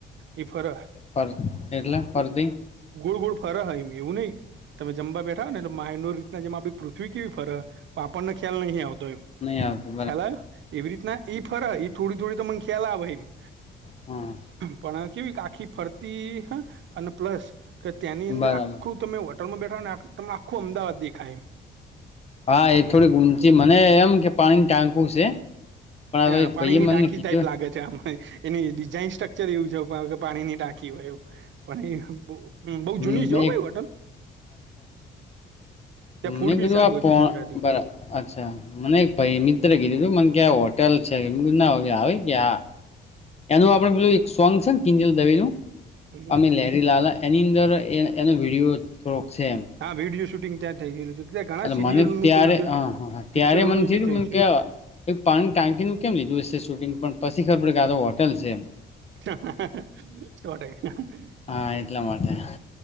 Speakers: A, on the right (about 70°); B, on the left (about 30°).
A: ઈ ફર.
B: ફર એટલે ફરતી?
A: ગોળ ગોળ ફર હ ઈ. એવું નહીં. તમે જમવા બેઠા હોયને, એટલે માઈનોર રીતના જેમ આપણી પૃથ્વી કેવી ફર હ પણ આપણને ખ્યાલ નહીં આવતો એમ.
B: નહીં આવતો.
A: ખ્યાલ આયો? એવી રીતના ઈ ફર હ. ઈ થોડી થોડી તમન ખ્યાલ આવે હ.
B: હમ્મ.
A: પણ કેવી કે, આખી ફરતી હં, અને પ્લસ કે ત્યાંની અંદર
B: બરાબર
A: આખું તમે હોટલમાં બેઠા હોય ને, તમ આખું અમદાવાદ દેખાય.
B: હા, એ થોડી ઊંચી. મને એમ કે પાણીનું ટાંકુ છે. પણ
A: હા,
B: હવે એક
A: પાણીની
B: ભાઈએ મને
A: ટાંકી
B: કીધું
A: ટાઈપ લાગે છે આમ, હં. એની ડિઝાઇન સ્ટ્રક્ચર એવું છે કે પાણીની ટાંકી હોય આવું પણ એ બઉ
B: પણ
A: જૂની છે હો
B: એક
A: પાહિ હોટલ ત્યાં ફૂડ
B: મે
A: બી
B: કીધું
A: સારું
B: આ
A: હોય
B: પો
A: છે ગુજરાતી
B: બરા અચ્છા મને એક ભઈ મિત્ર કીધું તું કે મને કે આ હોટ હોટલ છે મેં કીધું ના હોય કે હાવી કે હા એનું
A: હમ
B: આપડે
A: હમ
B: પેલું એક સોંગ છે ને કિંજલ દવે નું
A: હમ હમ.
B: અમે લેરી લાલા એની અંદર એન એનો વિડીયો થોડોક છે એમ
A: હા વિડીયો શૂટિંગ ત્યાં થઇ ગયલું છે ત્યાં ઘણા
B: એટલે
A: સિરિયલોનું
B: મને ત્યારે
A: થયું છે
B: હ હા ત્યારે
A: પિક્ચરોનું
B: મને
A: બી થયું
B: મને
A: છે.
B: કે એક પાણીની ટાંકીનું કેમ લીધું છે શૂટિંગ પણ પછી ખબર પડી કે આતો હોટલ છે એમ
A: <unintelligible> સો ટકા હમ,
B: હા એટલા માટે